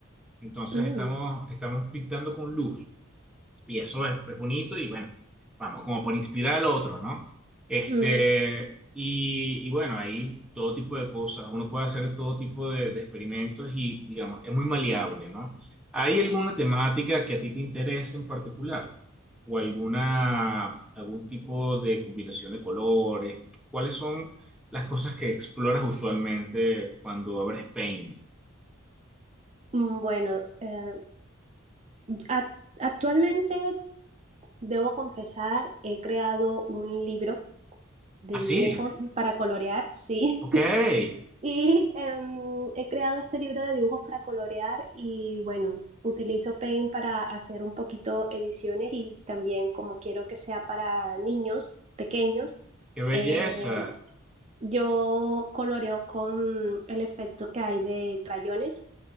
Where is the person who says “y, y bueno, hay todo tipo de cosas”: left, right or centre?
Centre